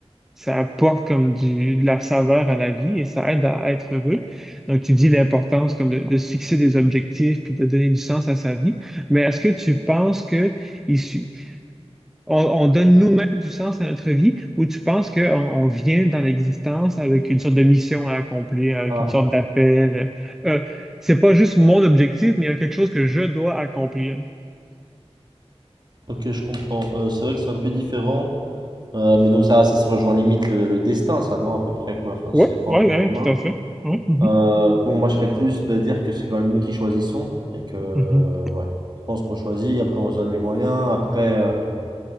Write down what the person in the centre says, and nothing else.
ça apporte comme du, de la saveur à la vie et ça aide à, être heureux. Donc, tu dis l'importance comme de, de se fixer des objectifs puis de donner du sens à sa vie. Mais est-ce que tu penses que il su- on, on donne nous-mêmes du sens à notre vie ou tu penses qu'on on on vient dans l'existence avec une sorte de mission à accomplir, avec
une sorte d'appel? Euh, c'est pas juste mon objectif, mais il y a quelque chose que je dois accomplir.
Oui,
oui,
oui,
tout à fait. Oui, mhm,
mhm,